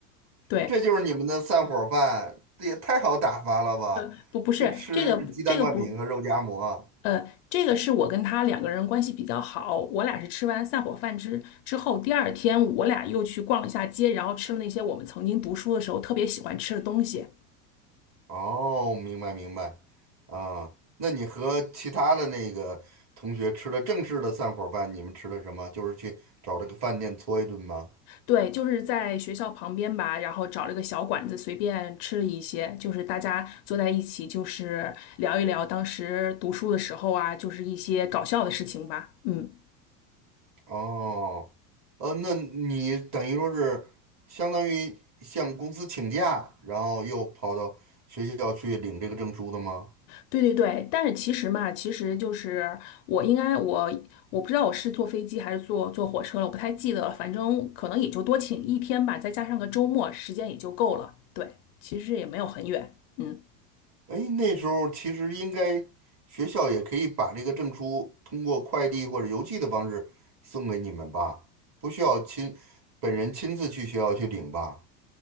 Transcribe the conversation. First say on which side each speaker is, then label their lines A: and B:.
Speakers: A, on the left (about 55°); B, on the right (about 30°).
A: 对，
B: 这就是你们的散伙饭，这也太好打发了吧？
A: 呃，不不是这个不这个不。
B: 就吃鸡蛋灌饼和肉夹馍。
A: 呃，这个是我跟他两个人关系比较好，我俩是吃完散伙饭之之后，第二天我俩又去逛了一下街，然后吃了那些我们曾经读书的时候特别喜欢吃的东西。
B: 哦，明白明白。啊，那你和其他的那个同学吃的正式的散伙饭，你们吃的什么？就是去找了个饭店搓一顿吗？
A: 对，就是在学校旁边吧，然后找了个小馆子，随便吃了一些，就是大家坐在一起，就是聊一聊当时读书的时候啊，就是一些搞笑的事情吧。嗯，
B: 哦，呃，那你等于说是相当于向公司请假，然后又跑到学校去领这个证书的吗？
A: 对对对。但是其实嘛，其实就是我应该我我不知道我是坐飞机还是坐坐火车了，我不太记得了。反正可能也就多请一天吧，再加上个周末，时间也就够了。对，其实也没有很远。嗯。
B: 哎，那时候其实应该学校也可以把这个证书通过快递或者邮寄的方式送给你们吧，不需要亲，本人亲自去学校去领吧。